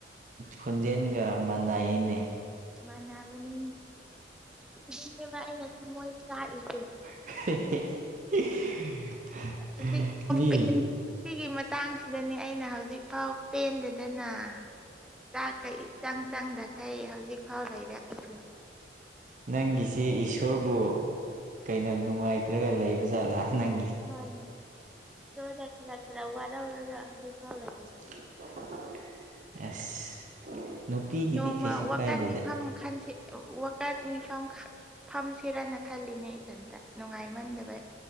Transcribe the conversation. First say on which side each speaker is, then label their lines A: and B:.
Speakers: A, on the right; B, in the centre.
A: ꯈꯣꯟꯖꯦꯜꯒ ꯃꯥꯟꯅꯩꯅꯦ
B: ꯃꯟꯅꯕꯅꯤꯅꯦ ꯑꯗꯨꯅꯦꯕ ꯑꯩꯅ ꯊꯝꯃꯣꯏ ꯆꯥꯛꯏꯁꯦ
A: <unintelligible> <unintelligible>
B: ꯍꯧꯖꯤꯛ <unintelligible>
A: ꯃꯤ
B: ꯁꯤꯒꯤ ꯃꯇꯥꯡꯁꯤꯗꯅꯦ ꯑꯩꯅ ꯍꯧꯖꯤꯛ ꯐꯥꯎ ꯄꯦꯟꯗꯦꯗꯥꯅ ꯆꯥꯛ ꯀ ꯏꯆꯪ ꯆꯪꯗꯈꯩ ꯍꯧꯖꯤꯛ ꯐꯥꯎ ꯂꯩꯔꯛꯏꯁꯤ
A: ꯅꯪꯒꯤꯁꯤ ꯏꯁꯣꯔꯕꯨ ꯀꯩꯅꯣ ꯅꯨꯡꯉꯥꯏꯇ꯭ꯔꯒ ꯂꯩꯕ ꯖꯥꯂ ꯅꯪ
B: ꯍꯣꯏ ꯍꯣꯏ ꯆꯖ ꯈꯔ ꯈꯔ ꯋꯥꯔ ꯋꯥꯔꯗ ꯍꯧꯖꯤ ꯐꯥꯎ ꯂ
A: <unintelligible>
B: ꯅꯣꯡꯃ
A: ꯀꯩꯁꯨ
B: ꯋꯥꯀꯥꯟ
A: ꯀꯥꯏꯗꯦꯗ
B: ꯃꯤꯐꯝ ꯈꯥꯟꯁꯦ ꯋꯥꯀꯠ ꯃꯤꯐꯝ ꯐꯝꯁꯤꯦꯔꯅ ꯈꯜꯂꯤꯅꯦ ꯏꯊꯟꯇ ꯅꯨꯡꯉꯥꯏꯃꯟꯗꯕ